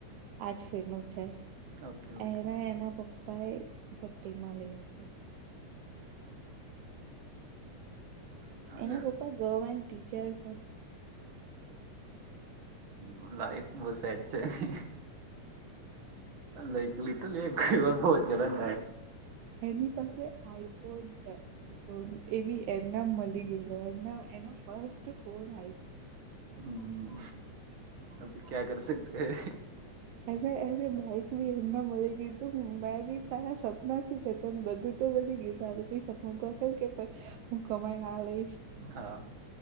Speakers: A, on the right; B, on the right.
A: આજ ફીનું છે
B: ઓકે ઓકે
A: એના એના પપ્પા એ બર્થડે માં લઈ હતી
B: હમ આગળ
A: એના પપ્પા ગવર્મેન્ટ ટીચર્સ છે.
B: હ લાઈફ બહ સેટ છે લાઈક લિટલી એકયવા બહજ જલન
A: એની પાસે આઈફોન છે આઈફોન એ બી એમના મળી ગઈ એનો ફસ્ટ ફોન આ
B: હમ અભી ક્યા કર સકતે હૈ.
A: હ બાઈક બી એમના મળી ગય તું મેક તારા સપના શું તને બધું તો બની ગયું તારું કઈ સપનું તો હશે ને કે. હું કમાઈ ન આ લઈશ.
B: હા